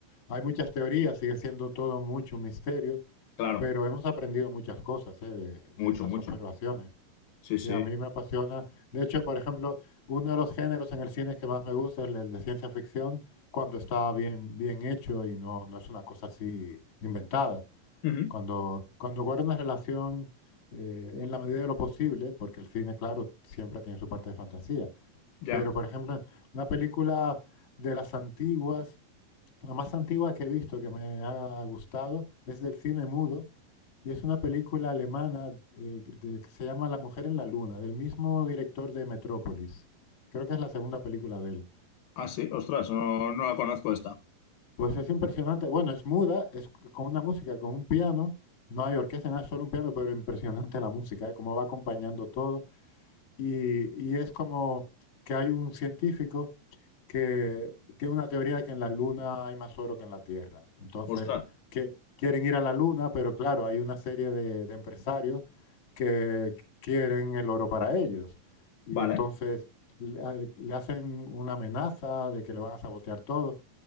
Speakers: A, on the left; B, on the left.
A: hay muchas teorías, sigue siendo todo mucho un misterio,
B: Claro,
A: pero hemos aprendido muchas cosas, ¿eh? de,
B: mucho,
A: de esas
B: mucho.
A: observaciones.
B: Sí,
A: Sí,
B: sí.
A: a mí me apasiona. De hecho, por ejemplo, uno de los géneros en el cine que más me gusta es el el de ciencia ficción, cuando está bien, bien hecho y no, no es una cosa así inventada.
B: Ujú,
A: Cuando, cuando guarda una relación eh, en la medida de lo posible, porque el cine, claro, siempre tiene su parte de fantasía.
B: Ya.
A: Pero, por ejemplo, una película de las antiguas la más antigua que he visto que me ha gustado es del cine mudo y es una película alemana eh, de- que se llama La mujer en la luna, del mismo director de Metrópolis. Creo que es la segunda película de él.
B: Ah, sí, ostras, no, no la conozco esta.
A: Pues es impresionante. Bueno, es muda, es c- con una música, con un piano. No hay orquesta, nada, es solo un piano, pero impresionante la música, ¿eh? cómo va acompañando todo. Y, y es como que hay un científico que tiene una teoría de que en la Luna hay más oro que en la Tierra. Entonces,
B: Ostras,
A: que quieren ir a la Luna, pero claro, hay una serie de, de empresarios que quieren el oro para ellos. Y
B: vale.
A: entonces le, le hacen una amenaza de que le van a sabotear todo